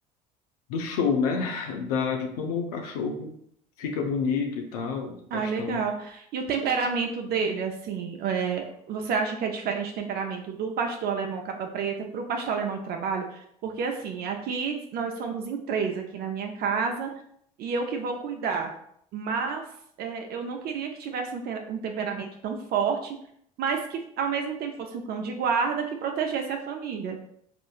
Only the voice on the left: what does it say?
do show, né? Da, de como o cachorro fica bonito e tal,
questão,